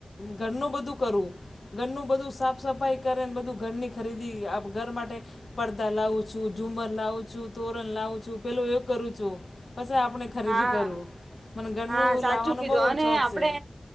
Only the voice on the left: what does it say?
ઘરનું બધું કરું ઘરનું બધું સાફ સફાઈ કરેને બધું ઘરની ખરીદી ઘર માટે પડદા લાવું છું, ઝુંમર લાવું છું, તોરણ લાવું છું, પેલું એવું કરું છું. પછી આપણે ખરીદી
કરું, મને ઘરનું
લાવવાનો
બહુ
ચોક
છે.